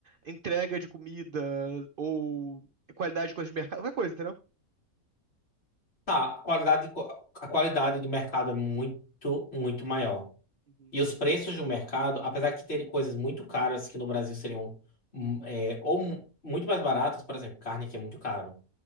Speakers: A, on the right; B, on the left.
A: entrega de comida ou qualidade de coisa de mercado, qualquer coisa, entendeu?
B: tá, a qualidade, a qualidade do mercado é muito, muito maior.
A: Uhum.
B: E os preços do mercado, apesar de terem coisas muito caras que no Brasil seriam hum, é, ou mu- muito mais baratas, por exemplo, carne que é muito caro,